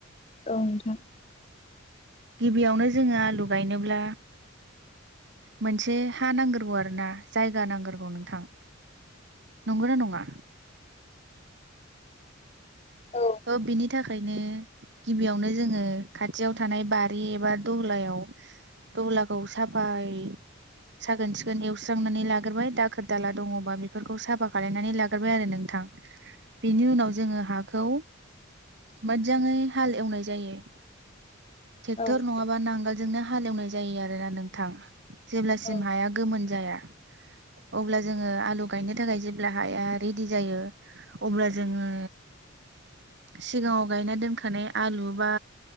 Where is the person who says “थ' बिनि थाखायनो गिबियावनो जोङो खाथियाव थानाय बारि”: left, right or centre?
Right